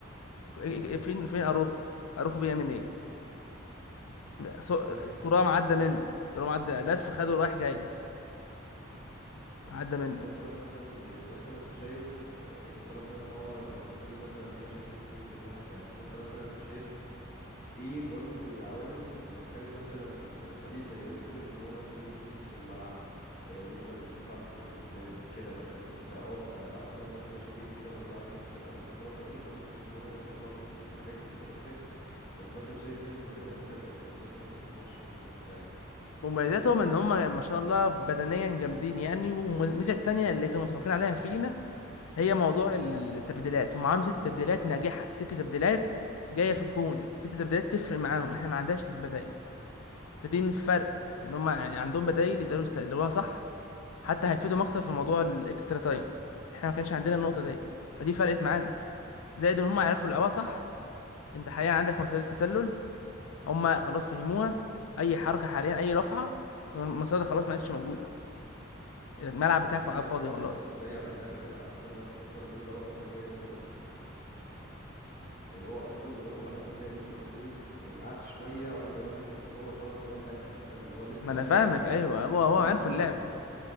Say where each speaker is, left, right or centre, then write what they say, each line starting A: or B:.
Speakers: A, on the left (about 90°); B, on the left (about 40°).
A: إيه- إيه-
B: تمام
A: إيه، فين فين اروخو اروخو بيعمل ايه سو-
B: ولا أي حاجة
A: ترام عدى منه ترام عدى لف خده رايح جاي عدى منه
B: طب انت مثلا يعني مثلا شايف يعني انت مثلا اه الفريق مثلا فيه مشاكل كتير وكل حاجة بس انت مثلا شايف ايه برضو العوامل اللي تخلي مثلا فريق زي انتر ان هو مثلا يمسك نص الملعب آه، يفضل يطلع بالكرة لقدام كده مثلا يعني انت اه انت على قد ما انت في مشاكل كتيرة موجودة عندك في الفرقة بس انت برضو اكيد لاحظت ان هو الانتر برضو فيهم حاجات كتيرة قدام فانت مثلا شايف ايه المميزات مثلا اللي كانت موجودة في انتر في الماتش في الماتش ده يعني
A: مميزاتهم ان هم ما شاء الله بدنيا جامدين يعني والميزه التانيه اللي كانوا متفقين عليها فينا هي موضوع التبديلات هم عملوا ست تبديلات ناجحه ست تبديلات جايه في الجون ست تبديلات تفرق معاهم احنا ما عندناش بدائل فدي الفرق ان هم عندهم بدايل يقدروا يستغلوها صح حتى هيتفيدوا اكتر في موضوع الاكسترا تايم احنا ما كانش عندنا
B: امم
A: النقطه دي فدي فرقت معانا زائد ان هم عرفوا يلعبوها صح انت حاليا عندك مصيدة التسلل هم خلاص فهموها اي حركه حاليا اي رفعه المصيدة خلاص ما عادش موجوده الملعب
B: يعني
A: بتاعك
B: الجون
A: بقى
B: الاول
A: فاضي خلاص
B: اصلا جاي على اللعبة دي على حسب ما اتذكر الجون الاول اصلا جاي من لعبة يعني هو اصلا لو انت لاحظت هتلاقي نيخو مارتينيز يعني قعد شويه عقبال ما يلاحظ ان هو خلاص ترام دخل فاهم اللي هو لسه
A: ما انا فاهمك
B: <laughs> هيرجع
A: ايوه هو هو
B: لا
A: عرفوا
B: ترام
A: اللعبه
B: دخل فاهم